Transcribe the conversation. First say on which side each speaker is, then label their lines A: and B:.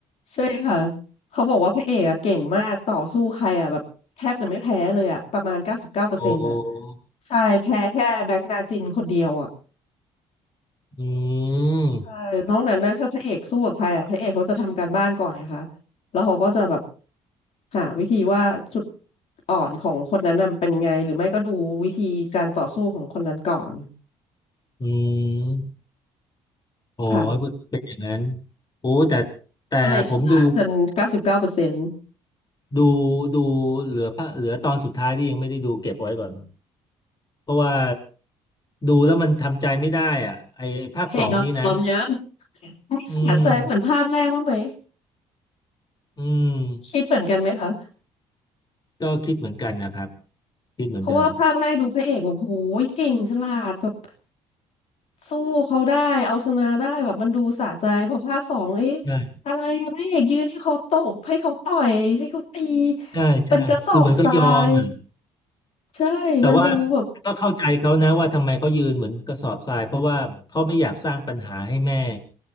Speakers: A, on the left; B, on the left.
A: ใช่ค่ะเขาบอกว่าพระเอกอะเก่งมากต่อสู้ใครอะแบบแทบจะไม่แพ้เลยอะประมาณเก้าสิบเก้าเปอร์เซ็นต์อะ
B: โอ้
A: ใช่แพ้แค่แบ็กนาจินคนเดียวอะ
B: อืม
A: ใช่นอกนั้นนะถ้าพระเอกสู้กับใครอ่ะพระเอกเขาจะทำการบ้านก่อนไงคะแล้วเขาก็จะแบบหาวิธีว่าจุดอ่อนของคนนั้นน่ะมันเป็นยังไงหรือไม่ก็ดูวิธีการต่อสู้ของคนนั้นก่อน
B: อืม โอ้ยเป็นอย่างนั้น
A: ค่ะ
B: โอ้แต่แต่ผมดู
A: ก็เลยชนะจนเก้าสิบเก้าเปอร์เซ็นต์
B: ดูดูเหลือพระเหลือตอนสุดท้ายที่ยังไม่ได้ดูเก็บไว้ก่อนเพราะว่าดูแล้วมันทำใจไม่ได้อ่ะไอ้ภาคสองนี่นะ
A: เอกโดนซ้อมเยอะ <laughs> นี่สะใจเหมือนภาคแรกว่างไหม
B: อืมอืม
A: คิดเหมือนกันไหมคะ
B: ก็คิดเหมือนกันนะครับคิดเหมือนกัน
A: เพราะว่าภาคแรกดูพระเอกแบบโหยเก่งฉลาดแบบสู้เขาได้เอาชนะได้แบบมันดูสะใจพอภาคสองเอ๊ะ
B: ใช่
A: อะไรอะพระเอกยืนให้เขาตบให้เขาต่อยให้เขาตี
B: ใช่ใช่คือเหมือนก็ยอมอ่ะ
A: เป็นกระสอบทรายใช่มันดูแบบ
B: แต่ว่าก็เข้าใจเขานะว่าทำไมเขายืนเหมือนกระสอบทรายเพราะว่าเขาไม่อยากสร้างปัญหาให้แม่